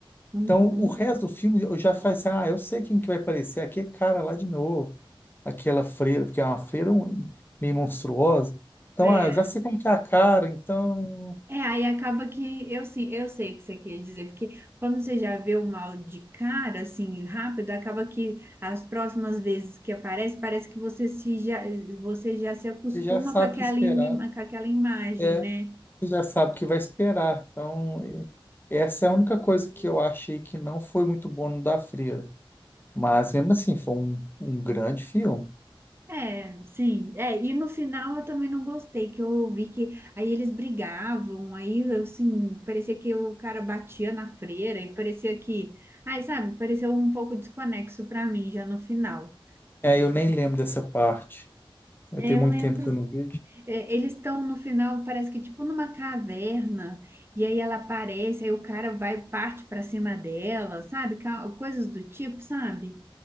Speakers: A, on the right; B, on the left.
A: uhum.
B: Então, o resto do filme eu já falei assim, ah, eu sei quem que vai aparecer aqui, é cara lá de novo. Aquela freira, porque é uma freira um- meio monstruosa. Então,
A: É.
B: ah, eu já sei como que é a cara, então
A: É, aí acaba que eu sim, eu sei o que você quer dizer, porque como você já vê o mal de cara, assim, rápido, acaba que as próximas vezes que aparece, parece que você se já, você já se acostuma
B: você já sabe
A: com aquela,
B: o que esperar.
A: im- com aquela imagem,
B: É,
A: né?
B: você já sabe o que vai esperar. Então, é- essa é a única coisa que eu achei que não foi muito bom no da freira. Mas mesmo assim, foi um, um grande filme.
A: É, sim. É, e no final eu também não gostei, que eu ouvi que aí eles brigavam, aí assim, parecia que o cara batia na freira e parecia que, ai, sabe, pareceu um pouco desconexo pra mim já no final.
B: É, eu nem lembro dessa parte. Eu
A: É,
B: tenho
A: Eu
B: muito
A: lembro
B: tempo que eu não vejo.
A: É, eles estão no final, parece que tipo numa caverna, e aí ela aparece, aí o cara vai, parte para cima dela, sabe? Ca- Coisas do tipo, sabe?